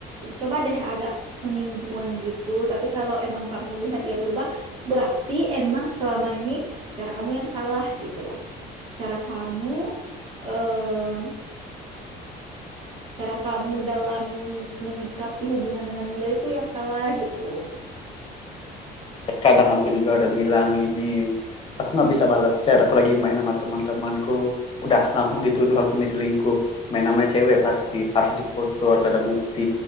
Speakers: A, on the right; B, on the left.
A: Coba deh agak semingguan gitu. Tapi kalau emang kamu lihat dia berubah, berarti emang selama ini cara kamu yang salah gitu loh. Cara kamu eh, cara kamu dalam menyikapi hubungan dengan dia itu yang salah gitu.
B: kadang aku juga ada bilang gini aku nggak bisa balas chat aku lagi main sama teman-temanku udah langsung dituduh aku nih selingkuh main sama cewek pasti harus difoto harus ada bukti